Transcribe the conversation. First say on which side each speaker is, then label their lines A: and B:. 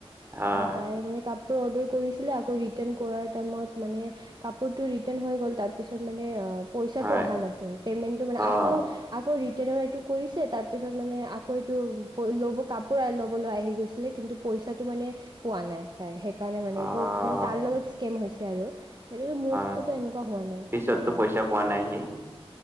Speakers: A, on the right; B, on the right.
A: হয়
B: তাই মানে কাপ আকৌ অৰ্ডাৰ কৰিছিলে আকৌ ৰিটাৰ্ণ কৰাৰ টাইমত মানে কাপোৰতটো ৰিটাৰ্ণ হৈ গল, তাৰ পিছত মানে অ পইচাটো
A: হয়
B: অহা নাছিল, পেমেন্টটো মানে
A: অ
B: আকৌ আকৌ ৰি তেনে এইটো কৰিছে, তাৰপিছত মানে আকৌ এইটো ল'ব কাপোৰ ল'বলৈ আহি গৈছিলে কিন্তু পইচাটো মানে পোৱা নাই তাই সেইকাৰণে মানে
A: অ',
B: এইটো মানে তাৰ লগত স্কেম হৈছে আৰু। হেটোতো মোৰো
A: হয়,
B: তাতে এনেকুৱা হোৱা নাই
A: পিছততো
B: কেতিয়াও।
A: পইচা পোৱা নাইহি?